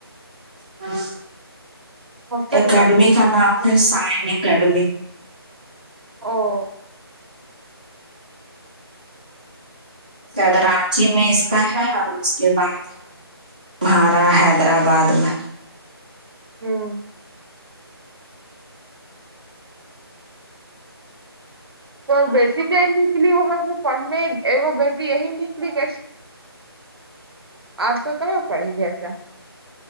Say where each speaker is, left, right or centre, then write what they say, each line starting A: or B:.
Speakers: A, on the right; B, on the right.
A: ہاں
B: ہاسٹل
A: اکیڈمی
B: میں رہتی ہے
A: کا نام ہے سائن اکیڈمی
B: او
A: کہد راانچی میں اس کا ہے اور اس کے بعد ہے مہارا حیدرآباد میں
B: ہاں تو بیٹی میں نکلی وہاں جو پڑھنے وہ بیٹی یہی نکلی کہ آر تو کاں پڑ گیاسا